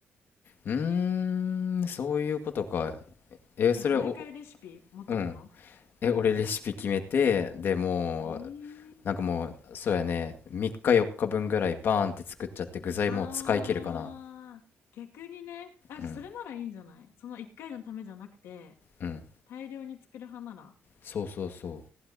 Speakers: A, on the left; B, on the left.
A: うーん、そういうことか。え、それお、
B: え、毎回レシピ持ってくの
A: うん。え、俺レシピ決めて、でもう、
B: えー、
A: なんかもう、そうやね、3日4日分ぐらいバーンって作っちゃって具材もう使い切るかな。
B: あー、逆にね、あ、じゃあそれならいいんじゃないその一回のためじゃなくて、
A: うん、うん。
B: 大量に作る派なら。
A: そうそうそ